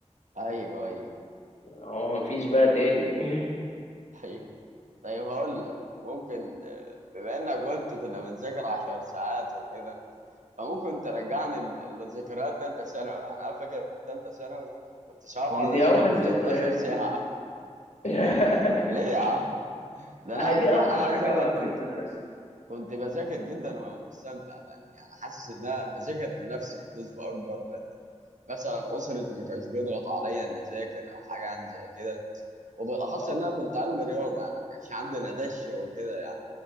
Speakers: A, on the right; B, on the left.
A: ايوه ايوه
B: هو مفيش بقى تاني <laughs>
A: <laughs> ايوه طيب هقول لك ممكن آه، بما انك قلت كنا بنذاكر عشر ساعات وكده فممكن ترجعني ل- لذكريات تالتة ثانوي يعني انا فاكر في تالتة ثانوي كنت ساعات بقعد
B: دي, دي
A: اذاكر
B: أوحش
A: بال
B: ذكريات
A: 12 ساعة
B: دي <laughs>
A: <laughs> ليه يا عم؟ ده انا
B: أهي دي
A: يعني
B: أوحش
A: انا عايز
B: حاجة
A: اقول
B: بقى
A: لك كنت
B: في المدرسة
A: كنت بذاكر جدا وانا مستمتع لان يعني حاسس ان انا بذاكر لنفسي بنسبة اكبر لان مثلا اسرتي ما كانش بيضغط عليا ان اذاكر او حاجة يعني زي كده وبالاخص
B: أه
A: ان
B: بالظبط
A: انا كنت علم رياضة يعني ما كانش عندنا دش وكده يعني